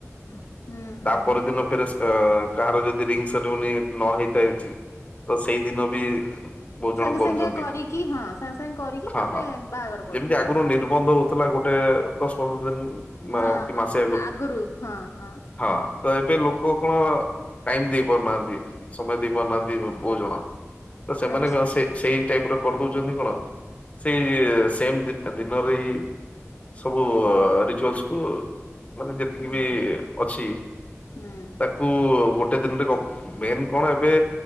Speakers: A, on the left; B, on the left.
A: ହୁଁ। ହୁଁ ହୁଁ
B: ତାପ
A: ହୁଁ
B: ଦିନ ଫରେ କାହାର ଯଦି ରିଙ୍ଗ ସେରିିମନି ଯଦି ନ ହେଇଥାଏ। ତ ସେଇଦିନ ବି ବହୁ ଜଣ
A: ସାଙ୍ଗେ
B: କରୁଛନ୍ତି
A: ସାଙ୍ଗେ କରିକି ହଁ ସାଙ୍ଗେ ସାଙ୍ଗେ କରିକି
B: ହଁ
A: ତାପରେ
B: ହଁ
A: ବାହାଘର କରୁଛନ୍ତି
B: ଯେମିତି ଆଗରୁ
A: ହଁ।
B: ନିର୍ବନ୍ଧ ହୋଉଥିଲା ଗୋଟେ ଗୋଟେ ଦସ ପନ୍ଦର ଦିନ ମା
A: ହଁ
B: କି
A: ହଁ
B: ମାସେ
A: ଆଗରୁ ହଁ ହଁ।
B: ତ ଏବେ ଲୋକ କଣ ଟାଇମ ଦେଇ ପାରୁନାହାନ୍ତି ସମୟ ଦେଇ ପାରୁନାହାନ୍ତି ବହୁତ ଜଣ ତ ସେମାନେଙ୍କ
A: ଆଚ୍ଛା
B: ସେ ସେଇ ଟାଇପ ର କରିଦଉଛନ୍ତି କଣ ସେଇ ସେମ ଦିନଟା ଦିନରେ ହି ସବୁ ରିଚୁଆଲସକୁ ମାନେ ଯେତିକି
A: ହୁଁ
B: ବି ଅଛି
A: ହୁଁ।
B: ତାକୁ ଗୋଟେ ଦିନରେ ମେନ୍ କଣ ଏବେ